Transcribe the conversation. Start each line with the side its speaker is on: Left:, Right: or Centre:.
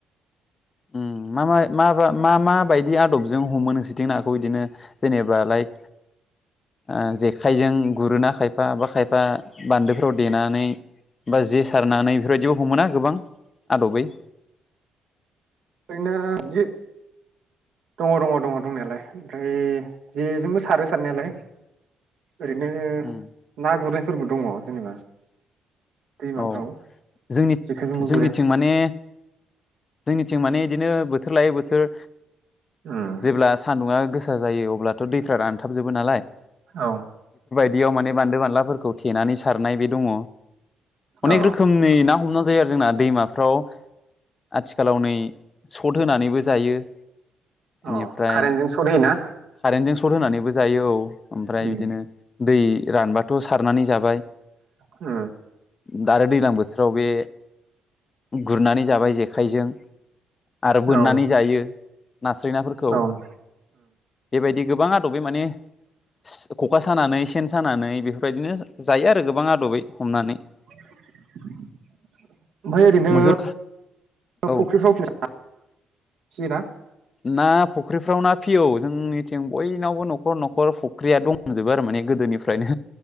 Left: उम मा मा मा बा मा बायदि आदबजों हमो नोंसोरथिं नाखौ बिदिनो जेनेबा लाइक ओ जेखायजों गुरोनाखाय फा बा खायफा बान्दोफ्राव देनानै बा जे सारनानै बेफोरबायदि हमोना गोबां आदबै
Right: ओरैनो जे दङ दङ दङ दंनायालाय ओमफ्राय जेजोंबो सारो सारनायालाय ओरैनो
Left: उम
Right: ना गुरो फोरबो दङ जेनेबा दैमाफ्राव
Left: औ जोंनि
Right: जेखायजोंबो
Left: जोंनिथिं
Right: गुरो
Left: माने जोंनि थिं माने बिदिनो बोथोर लायै बोथोर
Right: औ
Left: जेब्ला सान्दुङा गोसा जायो अब्लाथ दैफ्रा रानथाबजोबो नालाय
Right: औ
Left: बेयाव माने बान्दो बानलाफोरखौ थेनानै सारनाय बे दङ अनेक
Right: औ
Left: रोखोमनि ना हमनो जायो आरो जोंना दैमाफ्राव आथिखालाव नै सट होनानैबो जायो बेनिफ्राय
Right: अ कारेन्टजों सट होयोना?
Left: कारेन्टजों सट होनानैबो जायो औ ओमफ्राय
Right: उम
Left: बिदिनो दै रानबाथ सारनानै जाब
Right: ओ
Left: दा आरो दैज्लां बोथोराव बे गुरनानै जाबाय जेखाइजों आरो बोननानै
Right: औ
Left: जायो नास्राय नाफोरखौ
Right: औ उम
Left: बेबायदि गोबां आदबै माने स खखा सानानै सेन सानानै बेफोरबायदिनो जायो आरो गोबां आदबै हमनानै।
Right: ओमफ्राय ओरैनो
Left: मैहुर औ
Right: फुख्रिफ्राव <inaudible> सियोना
Left: ना फुख्रिफ्राव ना फियो औ जोंनिथिं बयनावबो न'खर न'खर फुख्रिया दंजोबो आरो माने गोदोनिफ्रायनो।